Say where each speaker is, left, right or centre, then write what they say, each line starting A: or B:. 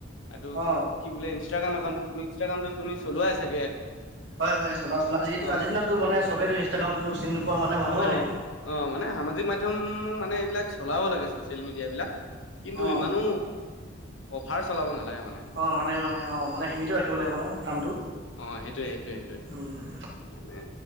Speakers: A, on the left; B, on the right.
A: এইটো
B: অ
A: কি বোলে? ইনষ্টাগ্ৰাম একাউণ্টোত তুমি, ইনষ্টাগ্ৰামটো তুমি চলোৱাই চাগে?
B: হয় হয় চলা চা আজ
A: অ
B: আজি দিনতো
A: কি
B: মান চবো ইনষ্টাগ্ৰামটো চিনি নোপোৱা মানে মানুহে
A: অ
B: নাই
A: অ মানে সামাজিক মাধ্যমো মানে এইবিলাক চলাব লাগে ছচিয়েল মিডিয়াবিলাক। কিন্তু
B: অ
A: ইমানো অভাৰ চলাব নালাগে মানে
B: অ মানে- মানে অ মানে সিমিত ৰাখিব লাগে মানে কামটো
A: অ সেইটোয়ে -সেইটোয়ে- সেইটোয়ে
B: উম